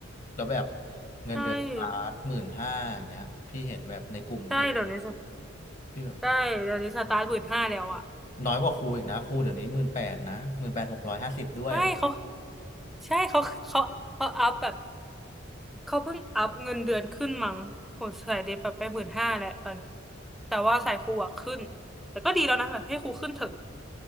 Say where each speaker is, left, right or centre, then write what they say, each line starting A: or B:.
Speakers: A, on the left (about 40°); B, in the centre.
A: แล้วแบบเงินเดือนสตาร์ทหมื่นห้าอย่างเงี้ยพี่เห็นแบบในกลุ่มเทค
B: ใช่ใช่เดี๋ยวนี้ส
A: พี่แบบ
B: ใช่เดี๋ยวนี้สตาร์ทหมื่นห้าแล้วอะ
A: น้อยกว่าครูอีกนะครูเดี๋ยวนี้หมื่นแปดนะหมื่นแปดหกร้อยห้าสิบด้วย
B: ใช่เขาใช่เขาเขาเขาอัพแบบเขาเพิ่งอัพเงินเดือนขึ้นมั้งโหสายเดบแบบไปหมื่นห้าแล้วตอนนี้แต่ว่าสายครูอะขึ้นแต่ก็ดีแล้วนะแบบให้ครูขึ้นเถอะ